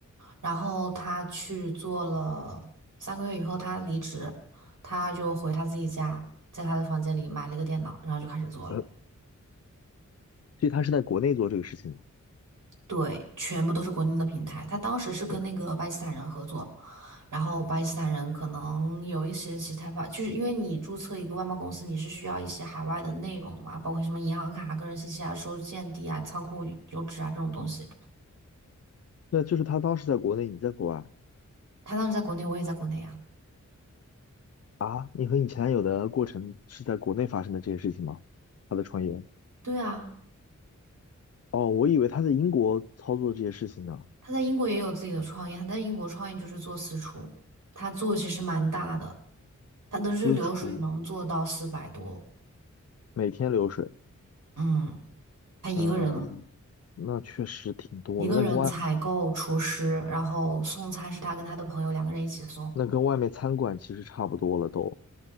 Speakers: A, on the right; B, on the left.
A: 然后他去做了三个月以后，他离职，他就回他自己家，在他的房间里买了一个电脑，然后就开始做了。
B: 呃，所以他是在国内做这个事情的。
A: 对，全部都是国内的平台。他当时是跟那个巴基斯坦人合作，
B: 嗯，
A: 然后巴基斯坦人可能有一些其他法，就是因为你注册一个外贸公司，你是需要一些海外的内容的嘛，包括什么银行卡、个人信息啊、收件地啊、仓库邮址啊这种东西。
B: 那就是他当时在国内，你在国外。
A: 他当时在国内，我也在国内啊。
B: 啊，你和你前男友的过程是在国内发生的这些事情吗？他的创业？
A: 对啊，
B: 哦，我以为他在英国操作这些事情呢。
A: 他在英国也有自己的创业，他在英国创业就是做私厨，他做的其实蛮大的，他的日流水能做到四百多，
B: 私厨，每天流水，
A: 嗯，他一个人了。
B: 嗯，那确实挺多了。
A: 一个人采购厨师，
B: 那跟外
A: 然后送餐是他跟他的朋友两个人一起送。
B: 那跟外面餐馆其实差不多了都，